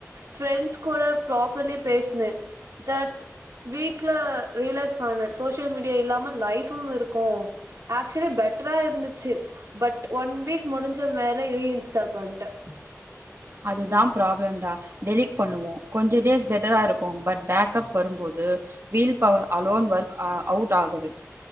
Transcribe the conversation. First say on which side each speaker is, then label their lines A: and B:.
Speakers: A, on the right (about 80°); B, on the right (about 55°).
A: ஃப்ரெண்ட்ஸ் கூட ப்ராப்பர்லி பேஸ்னே தட் வீக்ல ரியலைஸ் பண்ணு சோசியல் மீடியா இல்லாம லைஃபு இருக்கு ஆக்சுவலி பெட்டரா இருந்துச்சு பட் ஒன் வீக் முடிஞ்ச மேலே ரீ இன்ஸ்டால் பண்ட்டே
B: அதுதா ப்ராப்ளம்டா டெலீட் பண்ணுவோ கொஞ்ச டேஸ் பெட்டரா இருக்கு பட் பேக்அப் வரும்போது will power alone work a out ஆகுது